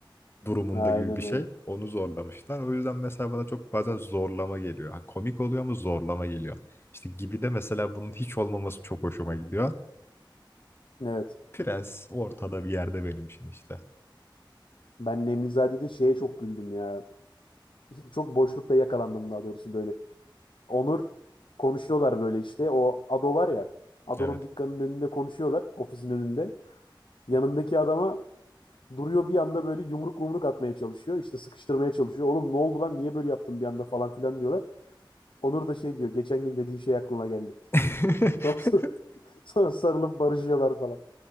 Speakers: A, on the left; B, on the left.
A: durumunda
B: Aynen
A: gibi bir şey.
B: öyle.
A: Onu zorlamışlar. O yüzden mesela bana çok bazen zorlama geliyor. Ha, komik oluyor ama zorlama geliyor. İşte Gibi'de mesela bunun hiç olmaması çok hoşuma gidiyor.
B: Evet.
A: Prens ortada bir yerde benim için işte.
B: Ben Nemlizade'de şeye çok güldüm ya. Çok boşlukta yakalandım daha doğrusu böyle. Onur konuşuyorlar böyle işte. O Ado var ya. Ado'nun
A: Evet.
B: dükkanının önünde konuşuyorlar. Ofisin önünde. Yanındaki adama duruyor bir anda böyle yumruk yumruk atmaya çalışıyor. İşte sıkıştırmaya çalışıyor. Oğlum ne oldu lan niye böyle yaptın bir anda falan filan diyorlar. Onur da şey diyor geçen gün dediğin şey aklıma geldi.
A: <laughs>
B: Sonra, <laughs> sonra sarılıp barışıyorlar falan.